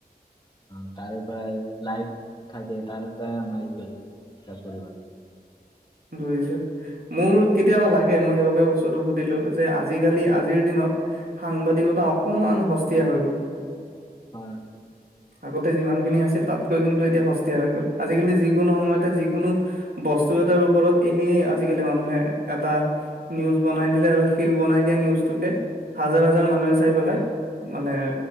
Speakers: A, on the left; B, on the right.
A: অ', তাৰ প্ৰায় লাইট থাকে তাৰ পৰা আমাৰ ই কৰিব লাগে বিশ্বাস কৰিব লাগে।
B: বুজিছো। মোৰ কেতিয়াবা লাগে মই সেইবাবে বস্তুটো সুধিলো যে আজিকালি আজিৰ দিনত সাংবাদিকতা অকমান সস্তীয়া হৈ গ'ল।
A: হয়
B: আগতে যিমানখিনি আছিল তাত কিন্তু এতিয়া সস্তীয়া হৈ গ'ল আজিকালি যিকোনো সময়তে যিকোনো বস্তু তাৰ ওপৰত এনেই আজিকালি মানুহে এটা নিউজ বনাই দিলে আৰু সেই বনাই দিয়া নিউজটোকে হাজাৰ হাজাৰ মানুহে চাই পেলাই মানে